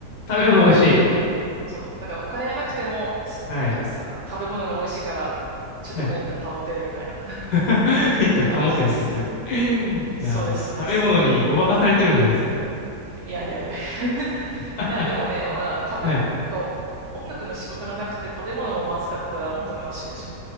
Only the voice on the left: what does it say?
食べ物美味しい。
はい。
はい。<laughs> メンタル保ってるんですよ、
それで。
いやー、
食べ物にごまかされてるんじゃないですか。
<laughs>
はい。